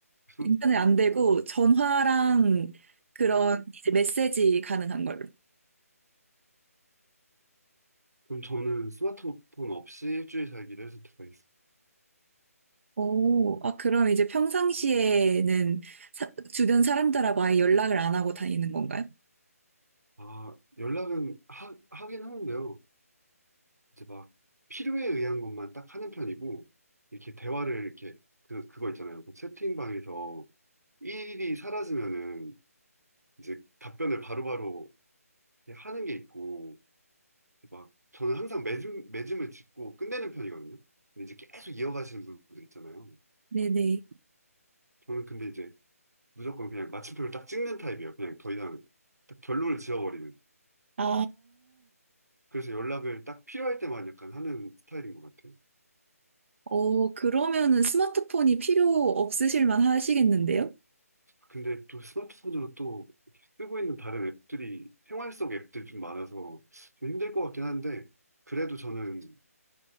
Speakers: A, on the right (about 85°); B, on the right (about 50°).
A: 스마트폰이
B: 인터넷 안 되고
A: 안 돼.
B: 전화랑 그런
A: 아,
B: 이제 메시지 가능한 걸로.
A: 그럼 저는 스마트폰 없이 일주일 살기를 선택하겠습니다.
B: 오, 아, 그럼 이제 평상시에는 사- 주변 사람들하고 아예 연락을 안 하고 다니는 건가요?
A: 아, 연락은 하, 하긴 하는데요. 이제 막 필요에 의한 것만 딱 하는 편이고, 이렇게 대화를 이렇게, 그, 그거 있잖아요. 그 채팅방에서 일이 사라지면은 이제 답변을 바로바로 이렇게 하는 게 있고, 막 저는 항상 매짐, 매짐을 짚고 끝내는 편이거든요. 근데 이제 계속 이어가시는 분들 있잖아요.
B: 네네.
A: 저는 근데 이제 무조건 그냥 마침표를 딱 찍는 타입이에요. 그냥 더 이상 딱 결론을 지어버리는.
B: 아,
A: 그래서 연락을 딱 필요할 때만 약간 하는 스타일인 것 같아요.
B: 어, 그러면은 스마트폰이 필요 없으실만 하시겠는데요?
A: 근데 또 스마트폰으로 또 이렇게 쓰고 있는 다른 앱들이 생활 속 앱들이 좀 많아서 좀 힘들 것 같긴 한데 그래도 저는